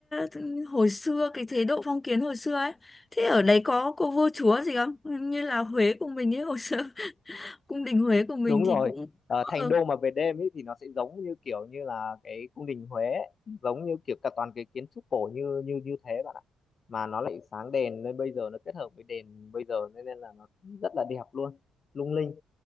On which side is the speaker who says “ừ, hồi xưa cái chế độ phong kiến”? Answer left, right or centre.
Left